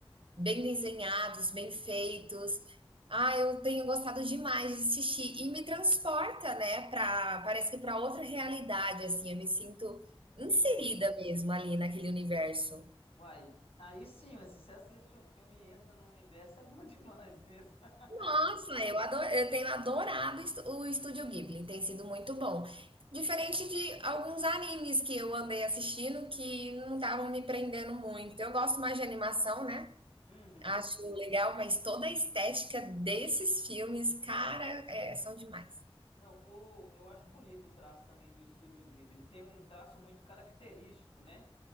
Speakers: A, on the right; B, on the left.
A: bem desenhados, bem feitos.
B: Sim.
A: Ah, eu tenho gostado demais de assistir e me transporta, né, para parece que para outra realidade assim, eu me sinto inserida
B: Hum.
A: mesmo ali naquele universo.
B: Uai, aí sim, mas se você assiste um filme e entra no universo, é bom demais mesmo. <laughs>
A: Nossa, eu ado- eu tenho adorado est- o Estúdio Ghibli, tem sido muito bom. Diferente de alguns animes que eu andei assistindo que não estavam me prendendo muito. Eu gosto mais de animação, né?
B: Uhum.
A: Acho legal, mas toda a estética desses filmes, cara, é, são demais.
B: Não, o, eu acho bonito o traço também do Estúdio Ghibli. Ele tem um traço muito característico, né?